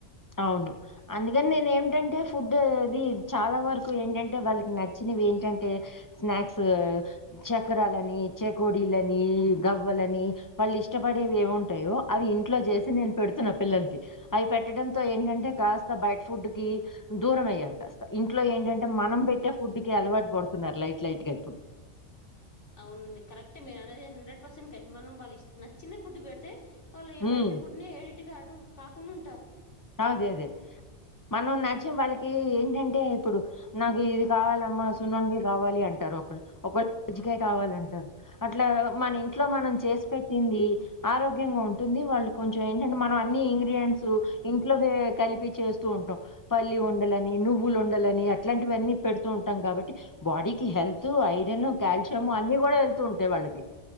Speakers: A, on the left; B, on the left.
A: అవును అందుకని నేను ఏమిటంటే ఫుడ్ అనేది చాలా వరకు ఏంటంటే వాళ్ళకి నచ్చినవి ఏంటంటే స్నాక్స్ చకరలుని చేకోడి గవ్వలని వాళ్ళు ఇష్టపడేవి ఏమింటాయో అవి ఇంట్లో చేసి నేను పెడుతున్నా పిల్లలు కి అయి పె పెట్టడంతో ఏంటంటే కాస్త బయట ఫుడ్ కి దూరం అయ్యారు కాస్త ఇంట్లో ఏంటంటే మనం పెట్టే ఫుడ్డుకి అలవాటు పడుతున్నారు లైట్ లైట్గా ఇప్పుడు
B: అవునండి కరెక్టే మీరు అనేది హండ్రెడ్ పర్సెంట్ కరెక్ట్ మనం వాళ్ళు ఇ నచ్చిన ఫుడ్ పెడితే వాళ్ళు బయట
A: ఉమ్
B: ఫుడ్ నీ ఏడిటిగాడు కాకుండా ఉంటారు
A: అదే అదే మనం నచ్చినం వాళ్ళకి ఏంటంటే ఇప్పుడు నాకు ఇది కావాలమ్మా సున్నండలు కావాలి అంటే రు ఒకళు ఒకళ్ళు కజ్జికాయ కావాలంటారు అట్లా మన ఇంట్లో మనం చేసి పెట్టింది ఆరోగ్యంగా ఉంటుంది వాళ్ళు కొంచెం ఏంటంటే మనం అన్ని ఇంగ్రీడియంట్స్ ఇంట్లోవే కలిపి చేస్తూ ఉంటాం పల్లి వండాలని నువ్వులు వండాలని అట్లాంటివన్నీ పెడుతూ ఉంటాం కాబట్టి బాడీకి హెల్త్ ఐరన్ కాల్షియము అన్ని కూడా వెళ్తూ ఉంటాయి వాళ్ళకి